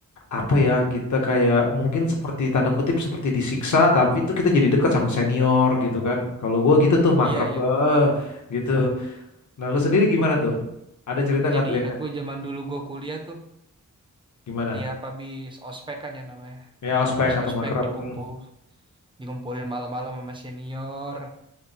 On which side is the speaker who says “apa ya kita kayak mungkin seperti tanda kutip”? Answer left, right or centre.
Left